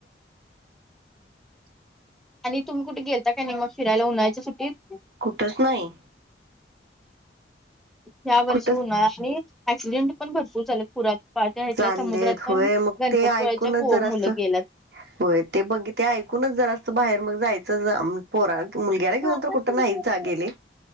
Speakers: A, in the centre; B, on the right.
A: आणि तुम्ही कुठे गेलता का नाही, मग फिरायला उन्हाळ्याच्या सुट्टीत?
B: कुठच नाही
A: ह्या वर्षी
B: कुठच
A: उन <unintelligible> आणि. ऍक्सिडेंट पण भरपूर झालेत पुरात. पाट्या ह्याच्या
B: चाललेत
A: समुद्रात पण,
B: होय मग
A: गणपती
B: ते ऐकूनच
A: पुळ्याच्या पु
B: जरा असं
A: मुलं गेल्यात.
B: होय ते बघ ते ऐकूनच जरा असत बाहेर मग जायचं म. पोरंत मुलग्याला
A: बाबा
B: घेऊन तर
A: संताचा
B: कुठं नाहीच आ गेली.